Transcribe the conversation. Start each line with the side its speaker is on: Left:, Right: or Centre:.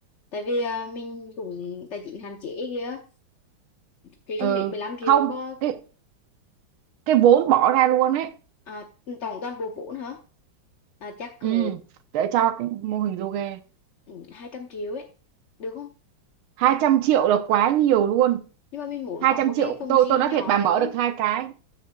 Left: tại vì à, mình cũng tài chính hạn chế kia thì
Right: Ừ,
Left: không biết 15 triệu
Right: không.
Left: có
Right: cái cái vốn bỏ ra luôn ấy
Left: à, tổng toàn bộ vốn hả à, chắc cỡ
Right: ừ để cho cái mô hình yoga
Left: uh, 200 triệu ấy được không
Right: hai trăm triệu là quá nhiều luôn
Left: nhưng mà mình muốn
Right: hai
Left: có
Right: trăm
Left: một
Right: triệu
Left: cái phòng
Right: tôi
Left: gym
Right: tôi nói
Left: nhỏ
Right: thiệt bà
Left: nữa
Right: mở được hai cái